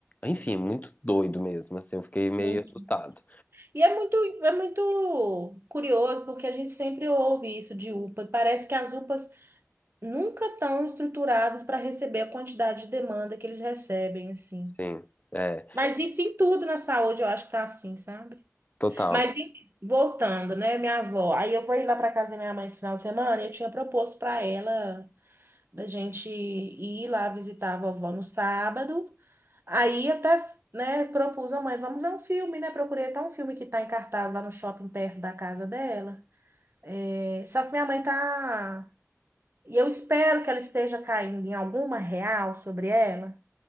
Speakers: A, on the left; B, on the right.
A: enfim, muito doido mesmo, assim. Eu fiquei meio
B: muito.
A: assustado.
B: E é muito, é muito curioso, porque a gente sempre ouve isso de UPA, e parece que as UPAs nunca estão estruturadas para receber a quantidade de demanda que eles recebem, assim.
A: Sim, é,
B: Mas isso em tudo na saúde, eu acho que tá assim, sabe?
A: total.
B: Mas enfim, voltando, né, minha avó. Aí eu vou ir lá para casa da minha mãe esse final de semana, e eu tinha proposto para ela da gente ir lá visitar a vovó no sábado. Aí até, né, propus à mãe, vamos ver um filme, né? Procurei até um filme que tá em cartaz lá no shopping perto da casa dela. É, só que minha mãe tá. E eu espero que ela esteja caindo em alguma real sobre ela